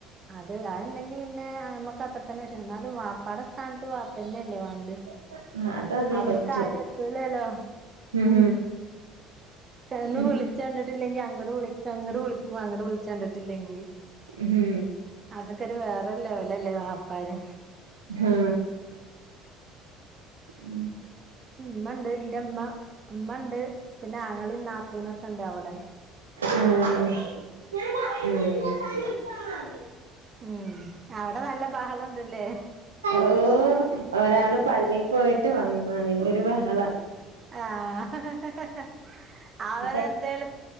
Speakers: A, on the right (about 35°); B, on the right (about 85°).
A: അത് അത് ഇണ്ടെങ്കി പിന്നെ അമ്മക്ക് അത്ര തന്നെ വിഷമം ഇന്നാലും വാപ്പാടെ സ്ഥാൻത്ത് വാപ്പന്നെ എല്ലെ വാണ്ട്
B: <unintelligible> അത് അതേ
A: അവിട്ക്കാരു
B: പറ്റൂ
A: എത്തൂലല്ലോ
B: ഉം
A: ന്ന്
B: ഉം
A: വിളിച്ചണ്ടിട്ടില്ലെങ്കി അങ്കട് വിളിക്ക ഇങ്കട് വിളി ഓ അങ്കട് വിളിച്ചണ്ടിട്ടില്ലെങ്കി
B: മ്മ്ഹ്ഹ്
A: അതൊക്കൊരു വേറൊരു ലെവലല്ലേ വാപ്പാര്
B: മ്മ്ഹ് ഉം
A: ഇമ്മണ്ട് ഇന്റെമ്മ ഇമ്മണ്ട് പിന്നെ ആങ്ങളീം നാത്തൂനൊക്കെണ്ട് അവടെ
B: മ്മ് ഞാൻ പറഞ്ഞിട്ട് എന്റെ സാധനം എടുത്താൽ മതി മ്മ്
A: ഉം അവടെ നല്ല ബഹളണ്ട്ല്ലേ
B: ഓ ഒരാള് പള്ളി പോയിട്ട് വന്നു അതിന്റൊരു ബഹള
A: ആഹ് അവരെന്തേലും
B: അപ്പ